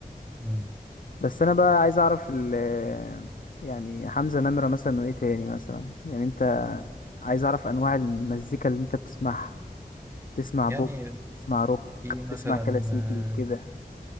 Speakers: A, on the right; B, on the left.
A: مم.
B: بس انا بقى عايز اعرف ال يعني حمزة نمرة مثلا وايه تاني مثلا يعني انت عايز اعرف انواع المزيكا اللي انت بتسمعها تسمع
A: يعني
B: بوب تسمع روك
A: في مثلا
B: تسمع كلاسيكي
A: اه
B: كده